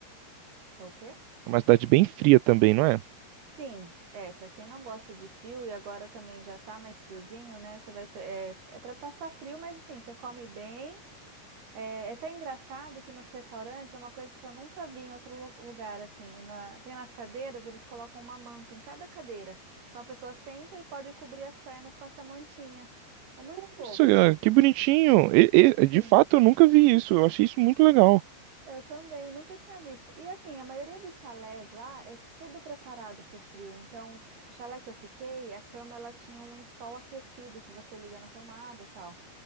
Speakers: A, on the right; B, on the right.
A: É o quê?
B: Uma cidade bem fria também, não é?
A: Sim, é, para quem não gosta de frio e agora também já tá mais friozinho, né? Você vai, pe- é, é para passar frio, mas assim, você come bem É é até engraçado que nos restaurantes é uma coisa que eu nunca vi em outro lu- lugar, assim. na- tem nas cadeiras, eles colocam uma manta em cada cadeira. Então a pessoa senta e pode cobrir as pernas com essa mantinha. É muito fofo.
B: Nossa, cara, que bonitinho! E- e- de
A: Sim,
B: fato, eu nunca vi isso. Eu achei isso muito legal.
A: eu também, nunca tinha visto. E assim, a maioria dos chalés lá é tudo preparado para o frio. Então, o chalé que eu fiquei, a cama ela tinha um lençol aquecido que você liga na tomada, tal.